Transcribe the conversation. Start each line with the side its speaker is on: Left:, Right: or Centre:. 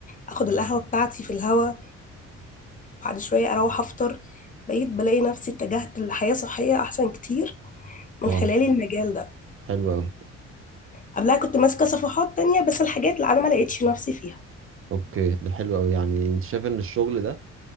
Left: اخد القهوه بتاعتي في الهوا بعد شويه اروح افطر بقيت بلاقي نفسي اتجهت لحياه صحيه احسن كتير من
Right: اه
Left: خلال المجال ده
Right: حلو قوي
Left: قبلها كنت ماسكه صفحات تانية بس الحاجات اللي انا ما لقيتش نفسي فيها
Right: اوكي ده حلو قوي يعني انت شايف ان الشغل ده